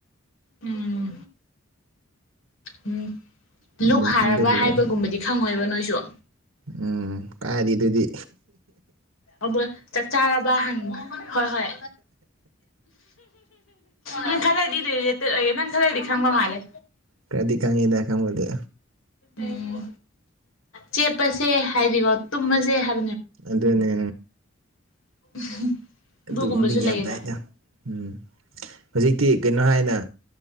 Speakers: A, on the left; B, on the right.
A: ꯎꯝ ꯎꯝ
B: ꯃꯤꯡꯗꯣ
A: ꯂꯨꯛ ꯍꯥꯔꯕ
B: ꯂꯨꯔꯒ
A: ꯍꯥꯏꯕꯒꯨꯝꯕꯗꯤ ꯈꯪꯉꯣꯏꯕ ꯅꯣꯏꯁꯨ
B: ꯎꯝ ꯀꯥꯏꯔꯤꯗꯨꯗꯤ
A: ꯑꯗ‌ꯣꯏ ꯆꯥꯛ ꯆꯥꯔꯕ ꯍꯪꯉ ꯍꯣꯏ ꯍꯣꯏ ꯅꯪ ꯈꯖꯥꯏꯗꯤ ꯅꯪ ꯈꯔꯗꯤ ꯈꯪꯕ ꯃꯥꯂꯦ
B: ꯈꯔꯗꯤ ꯈꯪꯉꯤꯗ ꯈꯪꯕꯗꯤ
A: ꯎꯝ ꯆꯦꯞꯄꯁꯦ ꯍꯥꯏꯗꯤꯀꯣ ꯇꯨꯝꯃꯁꯦ ꯍꯥꯏꯕ
B: ꯑꯗꯨꯅꯦ
A: <unintelligible>
B: ꯑꯗꯨꯒꯨꯝꯕꯗꯤ
A: ꯑꯗꯨꯒꯨꯝꯕꯁꯨ
B: ꯒ꯭ꯌꯥꯟ
A: ꯂꯩꯌꯦꯕ
B: ꯇꯥꯏꯗ ꯎꯝ ꯍꯧꯖꯤꯛꯇꯤ ꯀꯩꯅꯣ ꯍꯥꯏꯅ